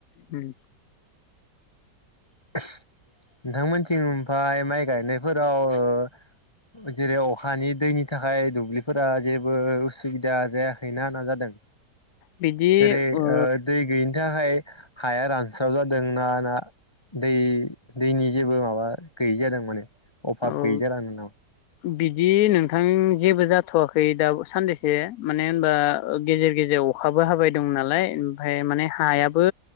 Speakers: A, on the left (about 70°); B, on the left (about 20°).
A: उम।
B: <inaudible> नोंथांमोनथिं ओमफ्राय माइ गायनायफोराव जेरै अखानि दैनि थाखाय दुब्लिफोरा जेबो उसुबिदा जायाखैना जादों।
A: बिदि
B: जेरै
A: ओ
B: दै गै बिनि थाखाय हाया रानस्राव जादों ना ना दै दैनि जेबो माबा गैयि जादों माने अभाब
A: औ
B: गैयै जाना दं नामा।
A: बिदि नोंथां जेबो जाथ'वाखै दा सानदैसो माने होनबा गेजेर गेजेर अखाबो हाबाय दं नालाय ओमफाय माने हायाबो